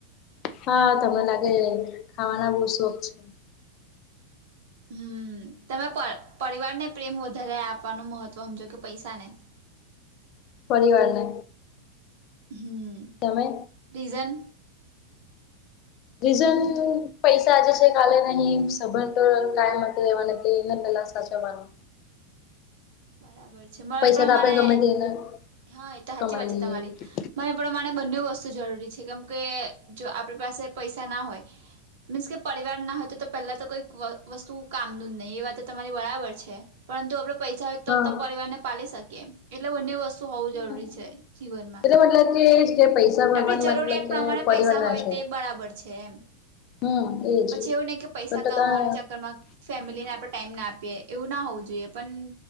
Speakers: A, on the left; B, on the right.
A: હા, તમને લાગે ખાવાના બહ શોખ છે.
B: હમ્મ તમે પ પરિવારને પ્રેમ વધારે આપવાનું મહત્વ સમજો કે પૈસાને? <inaudible>
A: પરિવારને.
B: હમ્મ.
A: તમે?
B: રીઝન?
A: રીઝન પૈસા આજે છે કાલે નહી સંબંધ તો કાયમ માટે રેવાની એટલે એને પેલા. બચવાનો
B: બરાબર છે મારાં
A: પૈસા
B: પ્રમાણે
A: તો આપણે ગમે તેને
B: હા એ તો હાચી
A: કમાઈ
B: વાત છે
A: લઈએ
B: તમારી! મારા પ્રમાણે બંને વસ્તુ જરૂરી છે કેમ કે જો આપણી પાસે પૈસા ના હોય મીન્સ કે પરિવાર ના હોય તો તો પહેલા તો કોઈક વ વસ્તુ કામનું જ નહી એ વા તો તમારી બરાબર છે. પરંતુ આપડે પૈસા હોય તો
A: હા
B: તો પરિવાર ને પાલી શકીએ એટલે બંને વસ તુ હોઉં
A: હમ
B: જરૂરી છે જીવનમાં
A: એટલે મતલબ કે એજ કે પૈસા ભગવાન
B: આપડી જરૂરિયાત
A: મતલબ કે
B: પ્રમાણે
A: પરિવાર
B: પૈસા
A: ના
B: હોય.
A: છે
B: તે બરાબર છે એમ
A: હમ એજ
B: પછી એવું નહી કે પૈસા
A: સો ટકા
B: કમાવાના ચક્કર માં ફેમિલીને આપણે ટાઈમ ના આપીએ એવું ના હોવું જોઈએ પણ